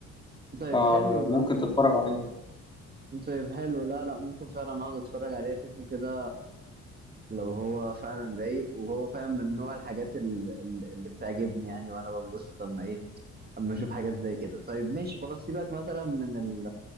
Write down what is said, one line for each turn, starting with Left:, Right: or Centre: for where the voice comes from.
Right: طيب
Left: فممكن
Right: حلو ده
Left: تتفرج عليه ده
Right: طيب حلو لا لا ممكن فعلا اقعد اتفرج عليه اشوفه كده لو هو فعلا رايق وهو فاهم من نوع الحاجات ال- ال- اللي بتعجبني يعني وانا بنبسط اما ايه اما اشوف حاجات زي كده طيب ماشي خلاص سيبك مثلا من ال